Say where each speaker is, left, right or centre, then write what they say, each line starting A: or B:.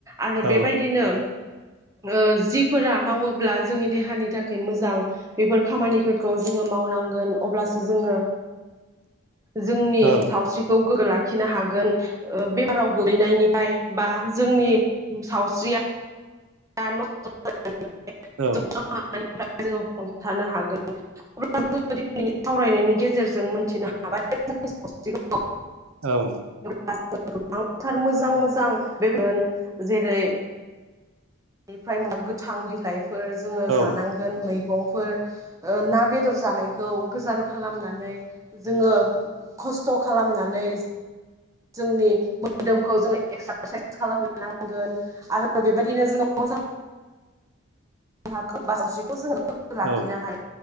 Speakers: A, on the right; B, on the right.
A: आरो
B: औ
A: बेबायदिनो। ओ जिफोरा मावोब्ला जोंनि देहानि थाखाय मोजां बेफोर खामानिफोरखौ जोङो मावनांगोन अब्लासो जोङो। जोंनि
B: औ
A: सावस्रिखौ गोग लाखिनो हागोन ओ बेमाराव गोग्लैनायनिफाय बा जोंनि उम सावस्रिया <unintelligible> <unintelligible> <unintelligible>
B: औ
A: जोङो हमथानो हागोन <unintelligible> सावरायनायनि गेजेर गेजेरजों मोनथिनो हाबाय <unintelligible>
B: औ
A: <unintelligible> गोबांथार मोजां मोजां बेबायदिनो जेरै बेनिफ्राय <unintelligible> गोथां बिलाइ फोर जोङो जानांगोन
B: औ
A: मै गंफोर ओ ना बेदर जानायखौ गोजान खालामनानै जोङो खस्थ खालामनानै जोंनि मोदोमखौ जोङो एक्सारसाइस खालामनो नांगोन आरो बेबायदिनो जोङो मोजां देहाखौ सावस्रिखौ जोङो लाखिनो
B: औ
A: हाया